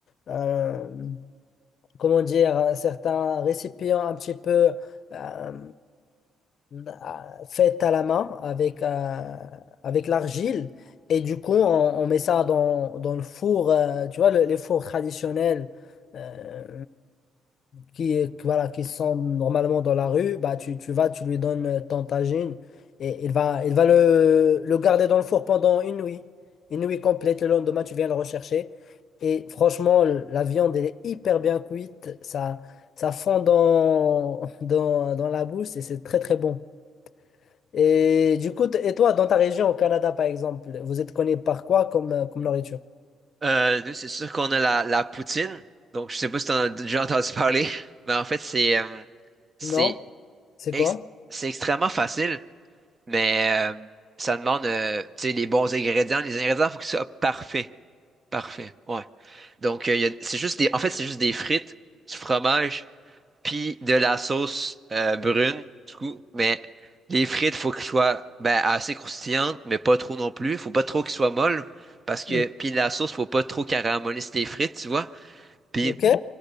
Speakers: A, on the left (about 55°); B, on the right (about 30°).
A: euh, comment dire, euh, certains récipients un petit peu euh, bah, faite à la main avec, euh, avec l'argile. Et du coup, on, on met ça dans, dans le four, euh, tu vois, le- les fours traditionnels euh, qui, qui- voilà, qui sont normalement dans la rue. Bah, tu, tu vas, tu lui donnes ton tagine et il va, il va le, le garder dans le four pendant une nuit. Une nuit complète. Le lendemain, tu viens le rechercher. Et franchement, la viande, elle est hyper bien cuite. Ça, ça fond dans, <laughs> dans, dans la bouche et c'est très, très bon. Et du coup, t- et toi, dans ta région au Canada, par exemple, vous êtes connu par quoi comme, euh, comme nourriture?
B: Euh, nous, c'est sûr qu'on a la, la poutine. Donc, je sais pas si t'en as déjà entendu parler, <laughs> mais en fait, c'est euh, c'est
A: Non? C'est
B: ex-
A: quoi?
B: c'est extrêmement facile, mais euh, ça demande euh, tu sais, les bons ingrédients. Les ingrédients, faut qu'ils soient parfaits. Parfaits, ouais. Donc, euh, il y a- c'est juste des, en fait, c'est juste des frites, du fromage. puis de la sauce euh, brune, du coup, mais les frites, faut qu'elles soient ben, assez croustillantes, mais pas trop non plus. Faut pas trop qu'elles soient molles, parce que,
A: Ouais.
B: puis la sauce, faut pas trop caraméliser tes frites, tu vois. Puis
A: Ok?